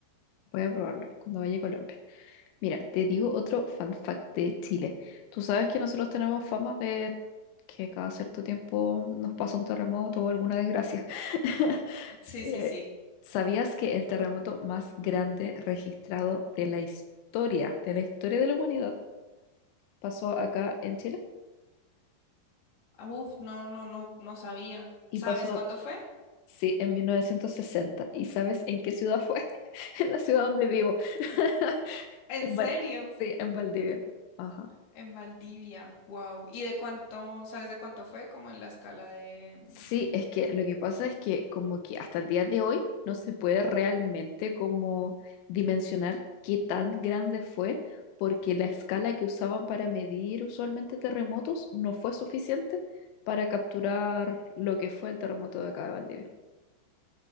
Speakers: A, on the left (about 90°); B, on the left (about 55°).
A: voy a probarlo cuando vaya a Colombia. Mira, te digo otro fun fact de Chile. Tú sabes que nosotros tenemos fama de que cada cierto tiempo nos pasa un terremoto o alguna desgracia. <laughs>
B: Sí,
A: Eh,
B: sí, sí.
A: ¿sabías que el terremoto más grande registrado de la historia, de la historia de la humanidad, pasó acá en Chile?
B: Ah, Uf, no, no, no, no sabía.
A: Y
B: ¿Sabes
A: pasó,
B: cuánto fue?
A: sí, en 1960. ¿Y sabes en qué ciudad fue? <laughs> En la ciudad donde vivo. <laughs>
B: ¿En
A: En
B: serio?
A: Val- sí, en Valdivia. Ajá.
B: En Valdivia, wow. ¿Y de cuánto, sabes de cuánto fue? Como en la escala de... mm,
A: Sí, es que lo que pasa es que como que hasta el día de hoy no se puede realmente como dimensionar qué tan grande fue, porque la escala que usaban para medir usualmente terremotos no fue suficiente para capturar lo que fue el terremoto de acá de Valdivia.